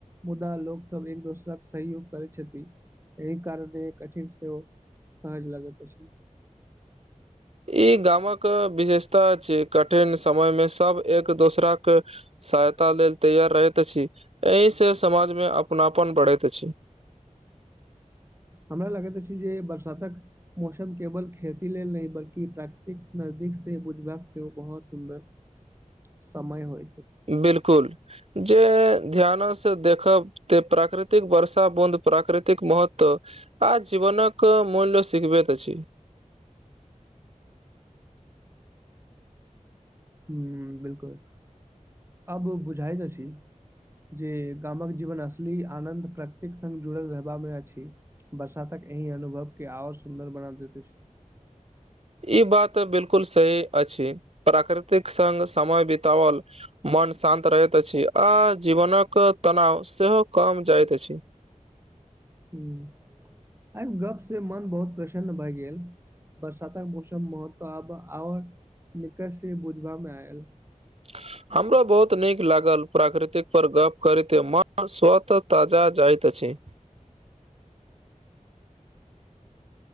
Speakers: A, on the right; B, on the right.
A: मुदा लोक सब एक दोसरक सहयोग करै छथि एहि कारने कठिन सेहो सहज लगैत अछि
B: ई गामक अ विशेषता छिये कठिन समय मे सब एक दोसराक सहायता लेल तैयार रहैत अछि एहि से समाजमे अपनापन बढ़ैत अछि
A: हमरा लागैत अछि जे बरसातक मौसम केवल खेती लेल नहि बल्कि प्राकृतिक नजदीक से बुझबाक सेहो बहुत सुंन्दर
B: <inaudible>
A: समय होइत
B: बिलकुल जे ध्यानसँ देखब ते प्राकृतिक वर्षा बुन्द प्राकृतिक महत्व आ जीवनक मूल्य सिखबेत अछि
A: हुँ हुँ बिलकुल अब बुझाइत अछि जे गामक जीवन असली आनन्द प्रकतिक संग जुड़ल रहबा मे अछि बरसातक एहि अनुभव केँ आओर सुन्दर बना दैत अछि
B: ई बात बिलकुल सही अछि प्राकृतिक संग समय बिताओल मन शान्त रहैत अछि आ जीवनक तनाव सेहो कम जाइत अछि
A: हुँ आइ गप से मन बहुत प्रसन्न भए गेल बरसातक मौसम महत्व आब आओर निकट से बुझबा मे ऐयल
B: <inaudible> हमरो बहुत नीक लागल प्राकृतिक पर गप्प करिते मन स्वतः ताजा जाइत अछि